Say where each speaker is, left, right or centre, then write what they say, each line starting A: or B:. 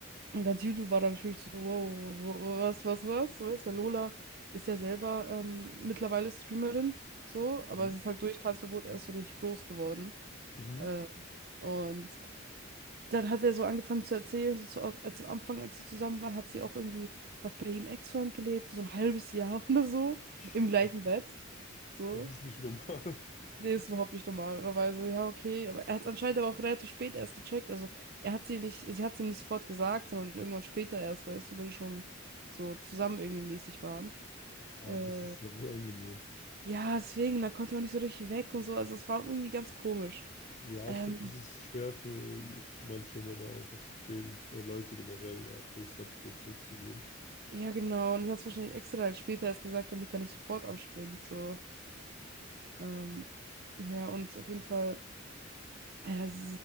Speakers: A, on the right; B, on the left.
A: und ganz YouTube war dann natürlich so, wow, wa- was, was, was, so ist, weil Lola ist ja selber ähm, mittlerweile Streamerin, so, aber
B: Mhm.
A: sie ist halt durch Tanzverbot erst so richtig groß geworden.
B: Mhm.
A: Äh, und dann hat er so angefangen zu erzählen, so zu, als am Anfang, als sie zusammen waren, hat sie auch irgendwie noch bei ihm Ex-Freund gelebt, für so ein halbes Jahr <laughs> oder so,
B: Shit.
A: im gleichen
B: <laughs>
A: Bett. So.
B: Das ist nicht normal. <laughs>
A: Nee, ist überhaupt nicht normal. Und er war so, ja, okay. Aber er hat es anscheinend aber auch relativ spät erst gecheckt. Also er hat sie nicht, sie hat sie nicht sofort gesagt, sondern irgendwann später erst, weißt du, wo die schon so zusammen irgendwie mäßig waren.
B: Oh,
A: Äh,
B: das ist sehr unangenehm.
A: ja, deswegen, dann konnte er auch nicht so richtig weg und so. Also es war irgendwie ganz komisch.
B: Ja,
A: Ähm,
B: ich glaube, es ist schwer für manche Männer einfach ab dem, oder Leute generell, ab den Steps so zurückzugehen.
A: ja, genau. Und er hat es wahrscheinlich extra halt später erst gesagt, damit er nicht sofort abspringt. So. Ähm, ja, und auf jeden Fall, ja, sie,